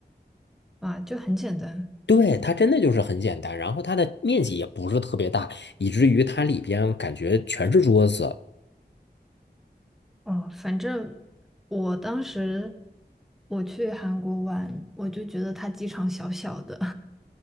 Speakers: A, in the centre; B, on the left.
A: 啊，就很简单
B: 对，它真的就是很简单，然后它的面积也不是特别大，以至于它里边感觉全是桌子。
A: 哦。反正我当时我去韩国玩，我就觉得它机场小小的，